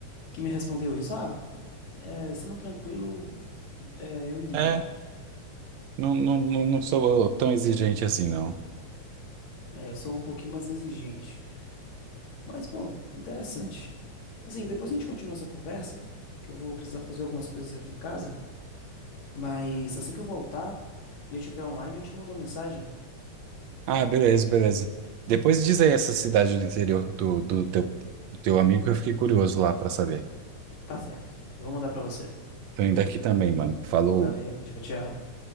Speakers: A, on the left; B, on the right.
A: que me respondeu isso. Ah, é, sendo tranquilo, é, eu iria.
B: É, não, não, não não sou tão exigente assim, não.
A: É, eu sou um pouquinho mais exigente. Mas pô, interessante. Assim, depois a gente continua essa conversa, porque eu vou precisar fazer algumas coisas aqui em casa. Mas assim que eu voltar e eu estiver online, eu te mando uma mensagem.
B: Ah, beleza, beleza. Depois diz aí essa cidade do interior do, do teu, do teu amigo que eu fiquei curioso lá pra saber.
A: Tá certo. Eu vou mandar pra você.
B: Tô indo aqui também, mano. Falou.
A: Valeu, tchau, tchau.